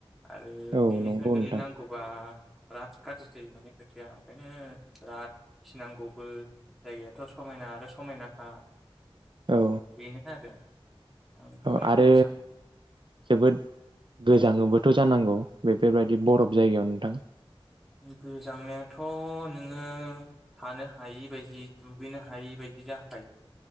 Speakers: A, in the centre; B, on the right.
A: आरो
B: औ
A: बिनिफ्राय
B: नंगौ
A: गोलैनांगौबा
B: नोंथां
A: बिराद गाज्रि जायो माने खोथाया ओंखायनो बिराद गिनांगौबो जायगायाथ' समायना आरो समायनाखा
B: औ
A: बेनो आरो आं बेखौनो
B: औ आरो
A: बुंनो सानो
B: जोबोद गोजाङोबोथ' जानांगौ? बेफोरबायदि बरफ जायगायाव नोंथां।
A: गोजांनायाथ' नोङो थानो हायि बायदि दुगैनो हायि बायदि जाखायो।